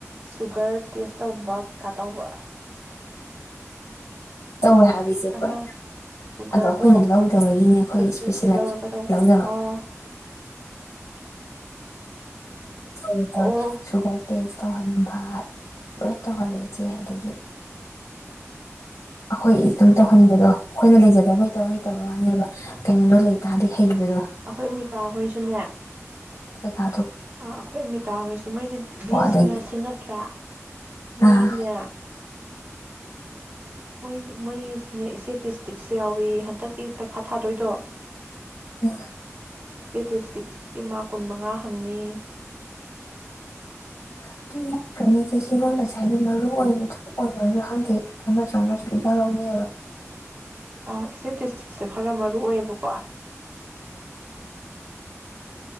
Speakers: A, on the right; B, on the left.
A: ꯁꯨꯒꯔ ꯇꯦꯁ ꯇꯧꯕ ꯀꯩꯀꯥ ꯇꯧꯕ꯭ꯔꯥ
B: ꯇꯧꯋꯦ ꯍꯥꯏꯕ ꯏꯆ‌ꯦ ꯑꯩꯈꯣꯏ
A: ꯑꯃ ꯁꯨꯒꯔꯗꯣ
B: ꯑꯗꯣ ꯑꯩꯈꯣꯏꯅ ꯂꯧꯗꯕꯒꯤꯅꯦ ꯑꯩꯈꯣꯏ
A: ꯈꯨꯠꯇꯒꯤ
B: ꯏꯁꯄꯤꯦꯁꯦꯂꯥꯏꯁ‌ꯦꯁꯟ
A: ꯂꯧꯔꯒ ꯇꯧꯕꯗꯣ
B: ꯂꯧꯗꯕ
A: ꯑꯥ
B: ꯎꯝ
A: ꯑꯣ
B: ꯁꯨꯒꯔ ꯇꯦꯁ ꯇꯧꯍꯟꯕ ꯂꯣꯏ ꯇꯧꯍꯜꯂ‌ꯦ ꯆꯦ ꯑꯗꯒꯤ ꯑꯩꯈꯣꯏ ꯏꯇ‌ꯣꯝ ꯇꯧꯍꯟꯕꯗꯣ ꯑꯩꯈꯣꯏꯅ ꯂꯩꯖꯗꯕꯒꯤ ꯇꯧ ꯍꯩꯇꯕ ꯋꯥꯅꯦꯕ ꯀꯩꯅꯣꯗꯣ ꯂꯩ ꯇꯥꯔꯗꯤ ꯍꯩꯕꯗꯣ
A: ꯑꯩꯈꯣꯏ ꯃꯤꯇꯥ ꯍꯣꯏꯁꯨꯅꯦ
B: ꯄꯩꯈꯥ ꯗꯣ
A: ꯑꯩꯈꯣꯏ ꯑꯃꯤꯇꯥ ꯍꯣꯏꯁꯨ ꯃꯣꯏꯗꯤ ꯕꯤ ꯑꯦ
B: ꯑꯗꯒꯤ
A: ꯁꯤ ꯅꯔꯁꯤꯡ ꯅꯠꯇ꯭ꯔꯥ ꯃꯣꯏꯒꯤꯅꯦ
B: ꯑꯥ
A: ꯃꯣꯏ ꯃꯣꯏꯒꯤꯁꯨꯅꯦ ꯏꯆꯗꯤꯁꯇ꯭ꯔꯤꯛꯁ ꯌꯥꯎꯋ‌ꯦꯌ‌ꯦ ꯍꯟꯗꯛꯀꯤ ꯄꯩꯈꯥ ꯊꯥꯗꯣꯏꯗꯣ
B: ꯎ
A: ꯏ꯭ꯁꯇꯦꯇꯤꯁꯇꯤꯛꯀꯤ ꯃꯥꯛ ꯀꯨꯟꯃꯉꯥ ꯍꯪꯅꯤꯌꯦ
B: ꯑꯗꯨꯝ ꯌꯥꯝꯗ꯭ꯔꯝꯅꯤ ꯏꯆ‌ꯦ ꯁꯤꯐꯥꯎ ꯉꯁꯥꯏꯒꯤ ꯃꯔꯨ ꯑꯣꯏꯕ ꯑꯗꯨꯝ ꯑꯣꯏꯕꯁꯨ ꯈꯪꯗꯦ ꯑꯃꯁꯨ ꯑꯃꯁꯨ ꯏꯌꯥꯎ ꯌꯥꯎꯅꯩꯌ‌ꯦꯕ
A: ꯑꯥ ꯏꯁꯇꯦꯇꯁꯇ꯭ꯔꯤꯛꯁꯦ ꯈꯔ ꯃꯔꯨ ꯑꯣꯏꯌꯦꯕꯀꯣ